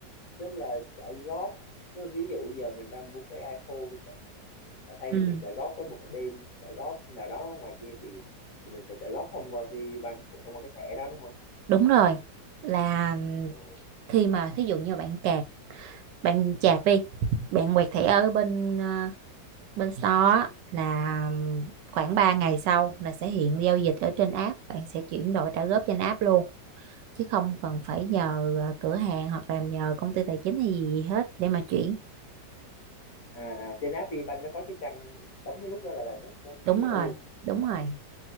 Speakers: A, on the left; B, on the right.
A: tức là trả góp tức là ví dụ giờ mình đang mua cái iPhone đi chẳng hạn là thay
B: ừ
A: vì mình trả góp với một cái bên trả góp nào đó ngoài kia thì thì mình sẽ trả góp thông qua VBank của thông qua cái thẻ đó đúng không
B: đúng rồi là
A: ừ.
B: khi mà thí dụ như bạn cạc bạn chạc đi bạn quẹt thẻ ở bên ờ, bên store là khoảng 3 ngày sau là sẽ hiện giao dịch ở trên app bạn sẽ chuyển đổi trả góp trên app luôn chứ không cần phải nhờ ờ, cửa hàng hoặc làm nhờ công ty tài chính hay gì, gì hết để mà chuyển
A: à, à trên app VBank nó có chức năng bấm cái nút đó là, là nó, nó
B: đúng
A: chuyển đổi
B: rồi
A: luôn
B: đúng rồi